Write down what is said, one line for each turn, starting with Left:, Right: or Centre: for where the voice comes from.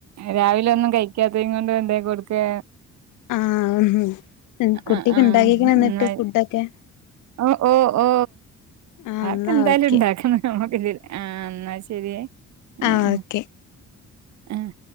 Right: രാവിലെ ഒന്നും കഴിക്കാത്തത് കൊണ്ട് ഉണ്ടാക്കി കൊടുക്കുക
Left: ആഹ് കുട്ടിക്ക്
Right: ആഹ് ആഹ്
Left: ഉണ്ടായേക്കണ് എന്നിട്ട്
Right: എന്നാ
Left: ഫുഡൊക്കെ
Right: ഓ ഓ ഓ
Left: ആഹ്
Right: അതൊക്കെ
Left: ഇന്നാ
Right: എന്തായാലും
Left: ഓക്കെ
Right: ഉണ്ടാക്കണം എന്നാ ശരിയേ ആഹ്
Left: ആ
Right: ആഹ്
Left: ഓക്കെ
Right: ആഹ്